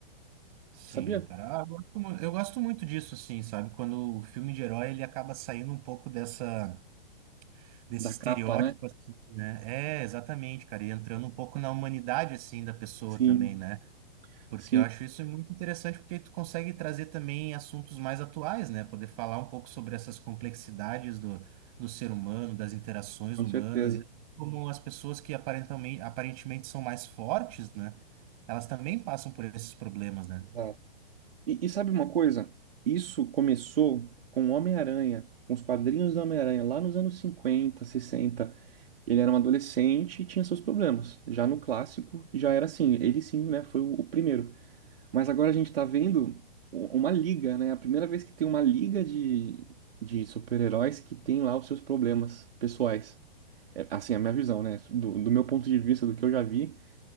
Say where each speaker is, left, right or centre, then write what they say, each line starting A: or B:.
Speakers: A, on the right; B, on the right.
A: Sim,
B: Sabia?
A: cara, ah, eu gosto, mu- eu gosto muito disso, assim, sabe? Quando o filme de herói ele acaba saindo um pouco dessa desse
B: Da
A: estereótipo,
B: capa, né?
A: assim, né? É, exatamente, cara, e entrando um pouco na humanidade, assim, da pessoa
B: Sim.
A: também, né? Porque
B: Sim,
A: eu acho isso muito interessante, porque tu consegue trazer também assuntos mais atuais, né? Poder falar um pouco sobre essas complexidades do, do ser humano, das interações
B: Com
A: humanas,
B: certeza.
A: e como as pessoas que aparentemente, aparentemente são mais fortes, né? Elas também passam por esses problemas, né?
B: Exato. E, e sabe uma coisa? Isso começou com o Homem-Aranha, com os quadrinhos do Homem-Aranha, lá nos anos 50 sessenta Ele era um adolescente e tinha seus problemas. Já no clássico, já era assim. Ele sim, né? Foi o, o primeiro. Mas agora a gente tá vendo u- uma liga, né? A primeira vez que tem uma liga de, de super-heróis que tem lá os seus problemas pessoais. É, assim, a minha visão, né? Do, do meu ponto de vista, do que eu já vi,